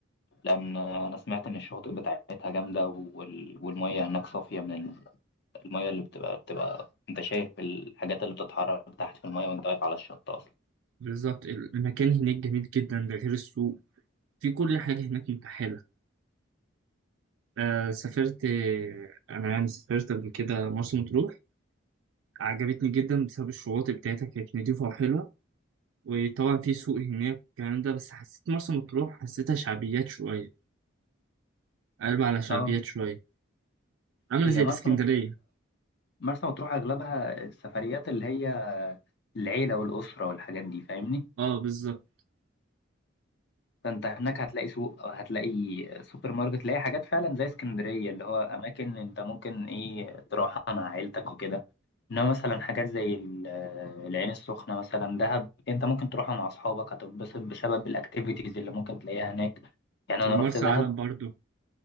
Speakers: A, on the left; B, on the right.
A: لان انا سمعت ان الشواطئ بتاعتها جامده وال- والميه هناك صافيه من الميه اللي بتبقى بتبقى انت شايف الحاجات اللي بتتحرك تحت في الميه وانت واقف على الشط اصلا
B: بالظبط ال- المكان هناك جميل جدا ده غير السوق في كل حاجة هناك متاحة آه سافرت آه، أنا يعني سافرت قبل كده مرسى مطروح عجبتني جدا بسبب الشواطئ بتاعتها كانت نضيفة وحلوة وطبعا في سوق هناك الكلام ده بس حسيت مرسى مطروح حسيتها شعبيات شوية قلب على شعبيات
A: اه
B: شوية عاملة
A: هي
B: زي الإسكندرية
A: مرسى مرسى مطروح اغلبها السفريات اللي هي العيله والاسره والحاجات دي فاهمني
B: اه بالظبط
A: فانت هناك هتلاقي سوق او هتلاقي سوبر ماركت تلاقي حاجات فعلا زي اسكندريه اللي هو اماكن انت ممكن ايه تروحها مع عيلتك وكده انما مثلا حاجات زي ال- العين السخنه مثلا دهب انت ممكن تروحها مع اصحابك هتتبسط بسبب الاكتيفيتيز اللي ممكن تلاقيها هناك يعني انا
B: ومرسى
A: رحت دهب
B: علم برضو